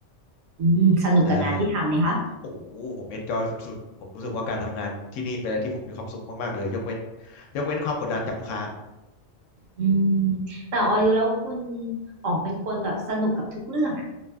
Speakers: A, on the right; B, on the left.
A: อืมสนุกกับงานที่ทำไหมคะ
B: ใช่โอ้โหผมเอนจอยสุดๆผมรู้สึกว่าการทำงานที่นี่เป็นอะไรที่ผมมีความสุขมากๆเลยยกเว้นยกเว้นความกดดันจากลูกค้า
A: อืมแต่ออยดูแล้วคุณอ๋องเป็นคนแบบสนุกกับทุกเรื่องอะ